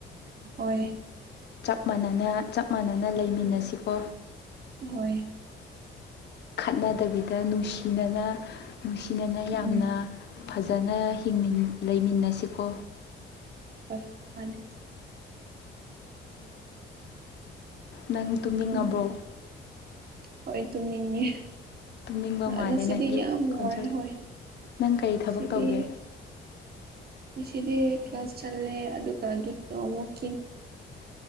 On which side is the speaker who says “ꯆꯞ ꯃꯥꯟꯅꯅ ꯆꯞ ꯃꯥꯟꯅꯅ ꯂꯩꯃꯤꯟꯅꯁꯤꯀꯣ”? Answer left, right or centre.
Left